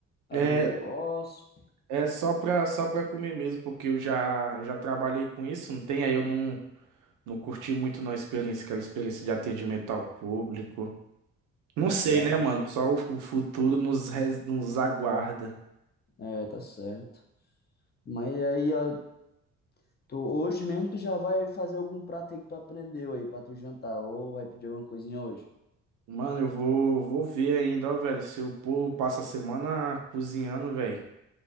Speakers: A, on the left; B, on the right.
A: abrir
B: É,
A: um negócio?
B: é só pra, só pra comer mesmo, porque eu já, já trabalhei com isso, não tem? Aí eu não, não curti muito não a experiência, aquela experiência de atendimento ao público. Não sei,
A: Ataques.
B: né, mano? Só o, o futuro nos, res- nos aguarda.
A: É, tá certo. Mas aí a- tu, hoje mesmo tu já vai fazer algum prato aí que tu aprendeu aí pra tu jantar ou vai pedir alguma coisinha hoje?
B: Mano, eu vou, vou ver ainda, ó, velho. Se o povo passa a semana cozinhando, velho.